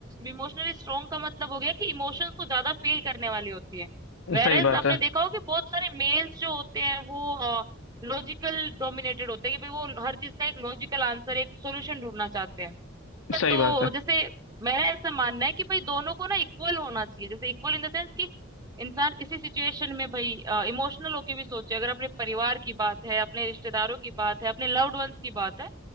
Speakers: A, on the right (about 20°); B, on the left (about 85°).
A: इमोशनली स्ट्रांग का मतलब हो गया कि इमोशंस को ज्यादा फील करने वाली होती है वेरएस
B: सही बात
A: आपने
B: है
A: देखा होगा कि बहुत सारे मेल्स जो होते हैं वो लॉजिकल डोमिनेटेड होते हैं कि भाई वो हर चीज का एक लॉजिकल आंसर एक सोल्यूशन ढूंढना चाहते हैं
B: सही
A: तो
B: बात है
A: जैसे मेरा ऐसा मानना है कि भाई दोनों को ना इक्वल होना चाहिए जैसे इक्वल इन द सेंस कि इंसान किसी सिचुएशन में भाई इमोशनल होके भी सोचे अगर अपने परिवार की बात है अपने रिश्तेदारों की बात है अपने लव्ड वंस की बात है